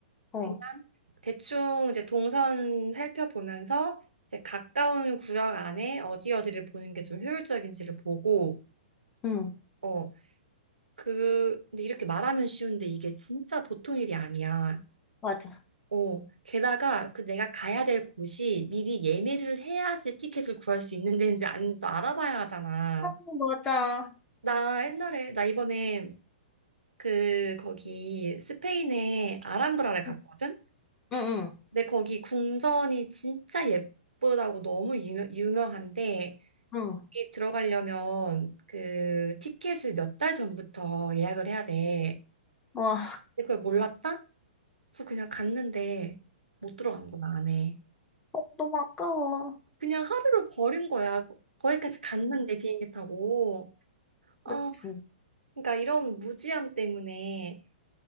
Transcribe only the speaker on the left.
어,
응,
맞아.
아, 맞아.
응, 응,
응.
와,
어, 너무 아까워.
그치,
그치.